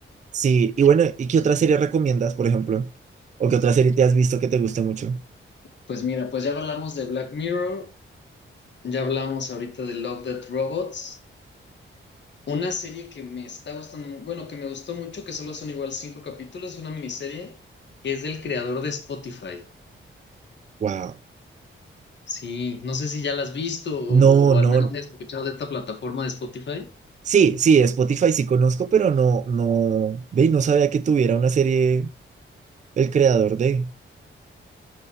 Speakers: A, on the right; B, on the left.
A: Sí, y bueno, ¿y qué otra serie recomiendas, por ejemplo? ¿O qué otra serie te has visto que te guste mucho?
B: Pues mira, pues ya hablamos de Black Mirror, ya hablamos ahorita de Love, Death Robots. Una serie que me está gustando, bueno, que me gustó mucho, que solo son igual cinco capítulos, una miniserie, que es del creador de Spotify.
A: Wow.
B: Sí, no sé si ya la has visto o,
A: No,
B: o
A: no.
B: al menos has escuchado de esta plataforma de Spotify.
A: Sí, sí, de Spotify sí conozco, pero no, no, ve, no sabía que tuviera una serie el creador de.